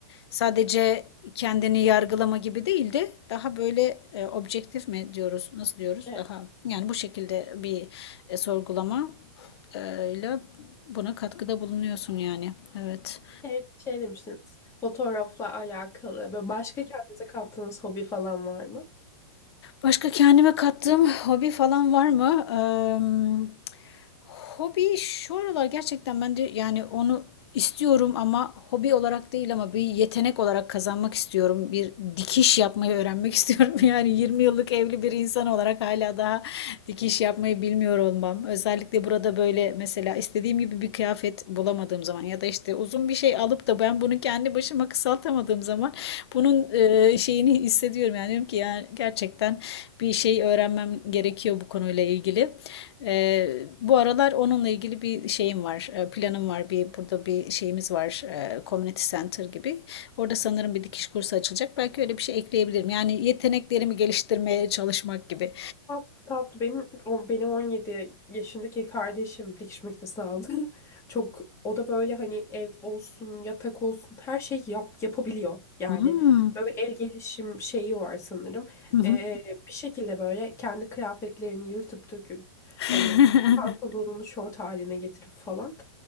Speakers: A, on the left; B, on the left.
A: sadece kendini yargılama gibi değil de daha böyle e, objektif mi diyoruz, nasıl diyoruz?
B: evet,
A: Daha yani bu şekilde bir e, sorgulama e, ile buna katkıda bulunuyorsun yani. Evet.
B: şey, şey demiştiniz fotoğrafla alakalı ve başka kendinize kattığınız hobi falan var mı?
A: Başka kendime kattığım hobi falan var mı? Emm, hobi şu aralar gerçekten ben de yani onu istiyorum ama hobi olarak değil ama bir yetenek olarak kazanmak istiyorum. Bir dikiş yapmayı öğrenmek <laughs> istiyorum. Yani 20 yıllık evli bir insan olarak hala daha dikiş yapmayı bilmiyor olmam. Özellikle burada böyle mesela istediğim gibi bir kıyafet bulamadığım zaman ya da işte e, Uzun bir şey alıp da ben bunu kendi başıma kısaltamadığım zaman bunun e, şeyini hissediyorum. Yani diyorum ki ya gerçekten bir şey öğrenmem gerekiyor bu konuyla ilgili. E, bu aralar onunla ilgili bir şeyim var, e, planım var. Bir burada bir şeyimiz var, e, community center gibi. Orada sanırım bir dikiş kursu açılacak. Belki öyle bir şey ekleyebilirim. Yani yeteneklerimi geliştirmeye çalışmak gibi.
B: Tat, tat. Benim, o- benim 17 yaşındaki kardeşim dikiş makinesi aldı. <laughs> Çok o da böyle hani ev olsun, yatak olsun her şeyi yap, yapabiliyor. Yani
A: Hmm.
B: böyle el gelişim şeyi var sanırım.
A: Hı hı.
B: Ee, bir şekilde böyle kendi kıyafetlerini yırtıp döküp
A: <laughs>
B: hani pantolonunu şort haline getirip falan.